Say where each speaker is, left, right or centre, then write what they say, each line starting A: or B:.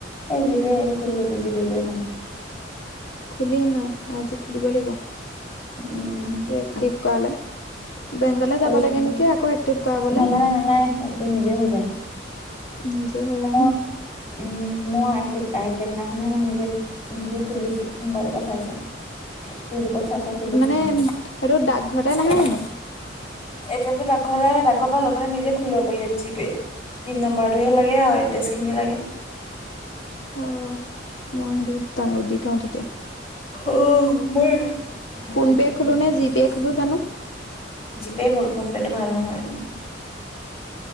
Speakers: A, on the left (about 35°); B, on the left (about 80°).
A: এ, জী-পে খুলি ল'বি? জী-পে টোৱে ভাল!
B: খুলিমে, আজি খুলিব লাগিব,
A: উম
B: তো এক্টিভ কৰালে। বেংকলে
A: পইচা
B: যাব লাগে নেকি, আকৌ এক্টিভ কৰাবলে?
A: নালাগে নালাগে একদিন নিজে হৈ যায়
B: নিজে বজায়
A: অ
B: নে?
A: উম। মই একে একেদিনাখনে মই নিজে - নিজে খুলি লৈছো মোবাইলৰ পৰা চাই - চাই। ইউৰোপৰ চাই চাই খুলিছে
B: মানে
A: তেওঁলোক
B: সেইটো ডাকঘৰতে নাহে জানো
A: <inaudible> এ টি এমটো ডাকঘৰ পৰা সেই ডাকঘৰৰ পৰা লৈ পেলাই নিজে খুলি লব পাৰি ইয়াত জি পে। পিন নাম্বাৰটোহে লাগে আৰু এড্ৰেছখিনি লাগে।
B: অ মই সেইটো ডাউনলোড দি থওঁ তেতিয়া।
A: অ মই
B: ফোন পে' খোলো নে জি
A: <inaudible>
B: পে' খোলো জানো
A: জি পে' হ'ল ফোন পে'টো ভাল নহয় ইমান।